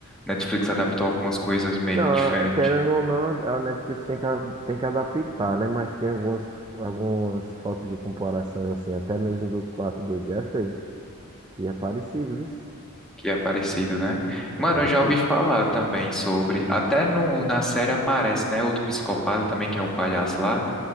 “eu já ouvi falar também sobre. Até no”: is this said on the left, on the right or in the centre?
Centre